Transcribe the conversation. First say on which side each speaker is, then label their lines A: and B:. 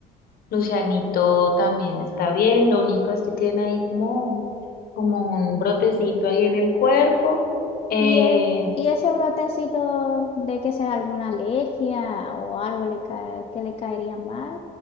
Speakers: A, on the left (about 60°); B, on the left (about 35°).
A: Lucianito también está bien, lo único es que tiene ahí como, un- como un brotecito ahí en el cuerpo. Eh,
B: ¿Y, e- y ese brotecito de que será alguna alergia o algo le cae, que le caería mal?